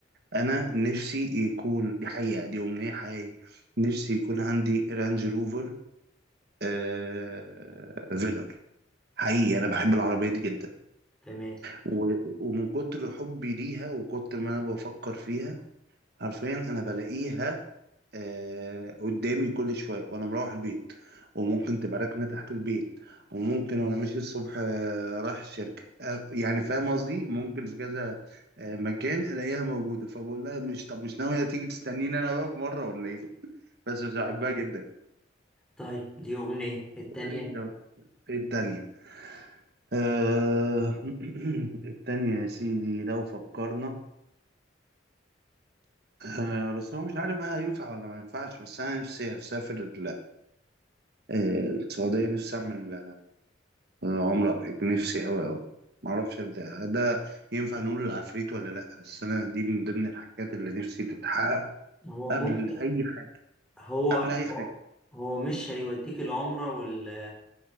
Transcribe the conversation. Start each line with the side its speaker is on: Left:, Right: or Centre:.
Right: انا نفسي يكون دي حقيقه دي امنيه حقيقيه نفسي يكون عندي رانج روفر آه، فيلر حقيقي انا بحب العربيه دي جدا
Centre: تمام
Right: و- ومن كتر حبي ليها وكتر ما انا بفكر فيها عارفين انا بلاقيها آه قدامي كل شوية وأنا مروح البيت وممكن تبقى راكنة تحت البيت وممكن وأنا ماشي الصبح آه رايح الشركة آه يعني فاهم قصدي ممكن في كذا آه مكان ألاقيها موجودة فبقول لها مش طب مش ناوية تيجي تستنيني أنا بقى في مرة ولا إيه بس بحبها جدا قول
Centre: طيب دي أمنية التانية
Right: لي أنت بقى إيه التانية آه <clears throat> التانية يا سيدي لو فكرنا آه بس هو مش عارف بقى هينفع ولا ما ينفعش بس أنا نفسي أسافر ال- آه، السعودية نفسي أعمل عمرو أبو حكيم نفسي أوي أوي معرفش ده ده ينفع نقول العفريت ولا لأ بس أنا دي من ضمن الحاجات اللي نفسي تتحقق
Centre: هو
Right: قبل
Centre: ممكن
Right: أي حاجة
Centre: هو
Right: قبل أي حاجة
Centre: هو هو مش هيوديك العمرة وال